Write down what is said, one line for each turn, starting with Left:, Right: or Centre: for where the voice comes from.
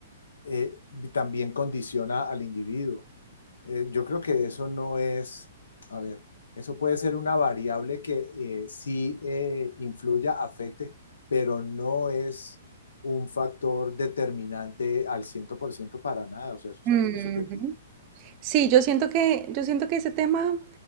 Left: eh, también condiciona al individuo. Eh, yo creo que eso no es, a ver, eso puede ser una variable que eh, sí eh, influya, afecte, pero no es un factor determinante al 100% para nada, o sea, eso es
Right: Ujú.
Left: algo muy subjetivo.
Right: Sí, yo siento que, yo siento que ese tema